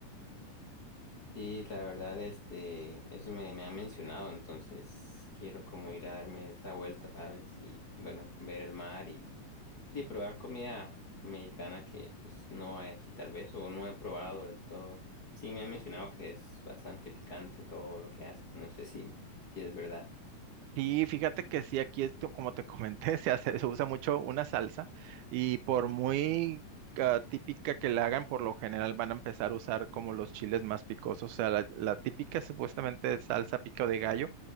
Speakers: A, on the left (about 30°); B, on the right (about 80°).
A: Sí, la verdad, este, eso me, me ha mencionado, entonces quiero como ir a darme esa vuelta, ¿sabes? Y bueno, ver el mar de probar comida mexicana que pues no hay aquí tal vez o no he probado del todo. Sí me han mencionado que es bastante picante todo lo que hace. No sé si, si es verdad.
B: Sí, fíjate que sí, aquí esto, como te comenté, <laughs> se hace, se usa mucho una salsa y por muy ah, típica que la hagan, por lo general van a empezar a usar como los chiles más picosos. O sea, la, la típica supuestamente salsa pico de gallo,